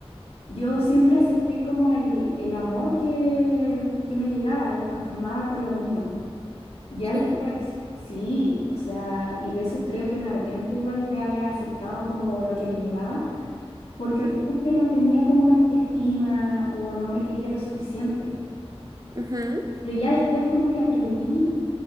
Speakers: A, on the left; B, on the right.
A: yo siempre acepté como el, el amor que, que me llegaba y me conformaba con lo mínimo. Ya
B: sí.
A: después, sí, o sea, y de eso creo que me arrepiento igual de haber aceptado como lo que me llegaba, porque
B: ujú,
A: realmente no tenía como una autoestima o no me quería lo suficiente.
B: ujú,
A: Pero ya después como que aprendí,